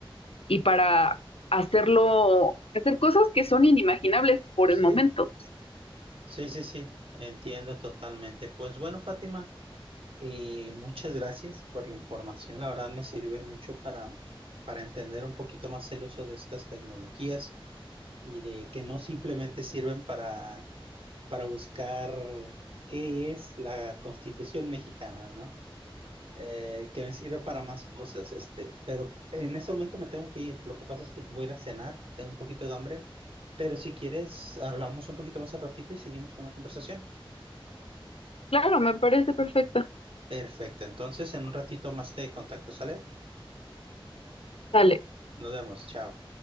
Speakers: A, on the left; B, on the right.
A: y para hacerlo, hacer cosas que son inimaginables por
B: Sí,
A: el momento.
B: sí, sí, sí. Entiendo totalmente. Pues bueno, Fátima, eh, muchas gracias por la información. La verdad me sirve mucho para, para entender un poquito más el uso de estas tecnologías. y de que no simplemente sirven para, para buscar qué es la Constitución mexicana, ¿no? Eh, que me sirve para más cosas, este, pero en ese momento me tengo que ir. Lo que pasa es que voy a ir a cenar, tengo un poquito de hambre, pero si quieres, hablamos un poquito más al ratito y seguimos con la conversación.
A: Claro, me parece perfecto.
B: Perfecto, entonces en un ratito más te contacto, ¿sale?
A: Dale.
B: Nos vemos, chao.